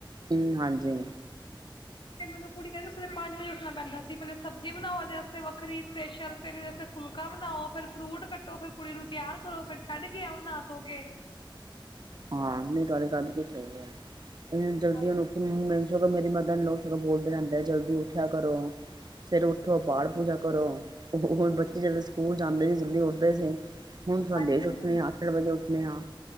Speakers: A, on the right (about 50°); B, on the left (about 65°).
A: ਹਮ ਹਾਂਜੀ
B: ਤੇ ਮਨੂੰ ਕੁੜੀ ਕਹਿੰਦੇ ਸਵੇਰੇ ਪੰਜ ਵਜੇ ਣਾ ਪੈਂਦਾ ਸੀ ਪਹਿਲੇ ਸਬਜ਼ੀ ਬਣਾਓ ਉਹਦੇ ਵਾਸਤੇ ਵੱਖਰੀ ਸਪੈਸ਼ਲ ਫਿਰ ਫੁਲਕਾ ਬਣਾਓ ਫਿਰ ਫਰੂਟ ਕੱਟੋ ਫਿਰ ਕੁੜੀ ਨੂੰ ਤਿਆਰ ਕਰੋ ਫਿਰ ਛੱਡ ਕੇ ਆਓ ਨਾ ਧੋ ਕੇ
A: ਹਾਂ ਨਹੀਂ ਤੁਹਾਡੇ ਗੱਲ ਨੂੰ ਕੁਛ ਹੈ ਜਲਦੀਆਂ
B: ਹਾਂਜੀ
A: ਨੂੰ ਸੋਂ ਮੇਰੀ ਮਦਰ ਨੇ ਲੋਕ ਸਗੋਂ ਬੋਲਦੇ ਰਹਿੰਦੇ ਜਲਦੀ ਉੱਠਿਆ ਕਰੋ ਫਿਰ ਉਠੋ ਪਾਠ ਪੂਜਾ ਕਰੋ ਬੱਚੇ ਜਦੋਂ ਸਕੂਲ ਜਾਂਦੇ ਸੀ ਜਲਦੀ ਉੱਠਦੇ ਸੀ ਹੁਣ ਤੁਆਡੇ
B: ਹਾਂਜੀ
A: ਚ ਉੱਠਣੇ
B: ਹਾਂਜੀ
A: ਆ ਅੱਠ ਅੱਠ ਵਜੇ ਉੱਠਣੇ ਆ